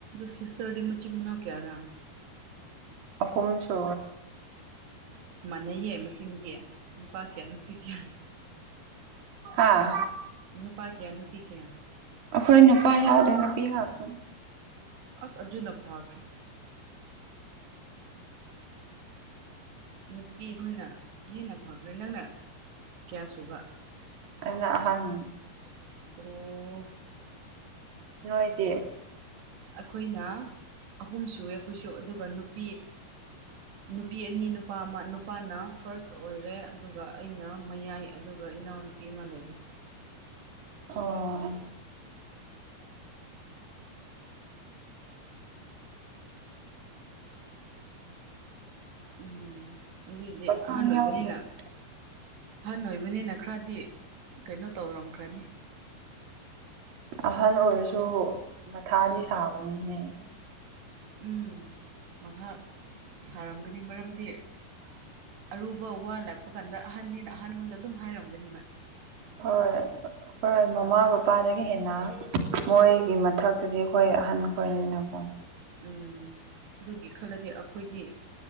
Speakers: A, on the right; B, on the right.
A: ꯁꯤꯁꯔꯗꯤ ꯃꯆꯤ ꯃꯅꯥ ꯀꯌꯥ ꯔꯥ
B: ꯑꯍꯨꯝꯁꯨ
A: ꯁꯃꯥꯟꯅꯩꯍꯦ ꯃꯆꯤꯡꯗꯤ ꯅꯨꯄꯥ ꯀꯌꯥ ꯅꯨꯄꯤ ꯀꯌꯥ
B: ꯑꯥ
A: ꯅꯨꯄꯥ ꯀꯌꯥ ꯅꯨꯄꯤ ꯀꯌꯥ
B: ꯑꯩꯈꯣꯏ ꯅꯨꯄꯥ ꯌꯥꯎꯗꯦ ꯅꯨꯄꯤ ꯉꯥꯛꯇꯅꯤ
A: ꯑꯁ ꯑꯗꯨꯅ ꯐꯈ꯭ꯔꯦ ꯅꯨꯄꯤꯈꯣꯏꯅ ꯍꯦꯟꯅ ꯐꯕ꯭ꯔꯦ ꯅꯪꯅ ꯀꯌꯥ ꯁꯨꯕ
B: ꯑꯩꯅ ꯑꯍꯟ
A: ꯑꯣ
B: ꯅꯣꯏꯗꯤ
A: ꯑꯩꯈꯣꯏꯅ ꯑꯍꯨꯝ ꯁꯏ ꯑꯩꯈꯣꯏꯁꯨ ꯑꯗꯨꯒ ꯅꯨꯄꯤ ꯅꯨꯄꯤ ꯑꯅꯤ ꯅꯨꯄꯥ ꯑꯃ ꯅꯨꯄꯥꯅ ꯐꯥꯔꯁ ꯑꯣꯏꯔꯦ ꯑꯗꯨꯒ ꯑꯩꯅ ꯃꯌꯥꯏ ꯑꯗꯨꯒ ꯏꯅꯥꯎ ꯅꯨꯄꯤ ꯑꯃ ꯂꯩꯔꯤ
B: ꯑꯣ
A: ꯎꯝ ꯑꯗꯨꯏꯗꯤ
B: ꯄꯥꯈꯪ
A: ꯑꯍꯟ ꯑꯣꯏꯕꯅꯤꯅ
B: ꯌꯥꯎꯗꯕ
A: ꯐꯟ ꯑꯣꯏꯕꯅꯤꯅ ꯈꯔꯗꯤ ꯀꯩꯅꯣ ꯇꯧꯔꯝꯈ꯭ꯔꯅꯤ
B: ꯑꯍꯜ ꯑꯣꯏꯔꯁꯨ ꯃꯊꯥꯗꯤ ꯁꯥꯕꯅꯤꯍꯦ
A: ꯎꯝ ꯃꯊꯥ ꯁꯥꯔꯝꯒꯅꯤ ꯃꯔꯝꯗꯤ ꯑꯔꯨꯕ ꯋꯥ ꯂꯥꯛꯄ ꯀꯥꯟꯗ ꯑꯍꯟꯅꯦꯅ ꯑꯍꯟꯈꯣꯟꯗ ꯑꯗꯨꯝ ꯍꯥꯏꯔꯝꯒꯅꯦꯕ
B: ꯍꯣꯏ ꯑꯩꯈꯣꯏ ꯃꯃꯥ ꯕꯄꯥꯗꯒꯤ ꯍꯦꯟꯅ ꯃꯣꯏꯒꯤ ꯃꯊꯛꯇꯗꯤ ꯑꯩꯈꯣꯏ ꯑꯍꯟ ꯈꯣꯏꯅꯤꯅꯀꯣ
A: ꯎꯝ ꯑꯗꯨꯒꯤ ꯈꯜꯂꯗꯤ ꯑꯩꯈꯣꯏꯗꯤ